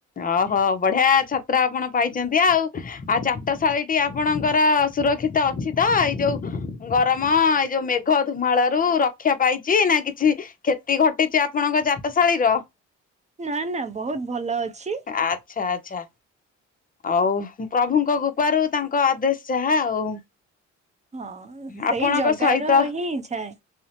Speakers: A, on the left; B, on the right.
A: ଓହୋ ବଢିଆ ଛାତ୍ର ଆପଣ ପାଇଛନ୍ତି ଆଉ। ଆଉ ଚାଟଶାଳୀଟି ଆପଣଙ୍କର ସୁରକ୍ଷିତ ଅଛି ତ ଏଇ ଯୋଉ ଗରମ ଏଇ ଯୋଉ ମେଘ ଧୁମାଳରୁ ରକ୍ଷା ପାଇଛି ନା କିଛି କ୍ଷତି ଘଟିଛି ଆପଣଙ୍କ ଚାଟଶାଳୀର?
B: ନା ନା ବହୁତ ଭଲ ଅଛି।
A: ଆଚ୍ଛା ଆଚ୍ଛା। ଆଉ ପ୍ରଭୁଙ୍କ କୃପାରୁ ତାଙ୍କ ଆଦେଶ ଯାହା ଆଉ।
B: ହଁ ସେଇ
A: ଆପଣଙ୍କ
B: ଜଗାର
A: ସହିତ
B: ହିଁ ଇଚ୍ଛାଏ।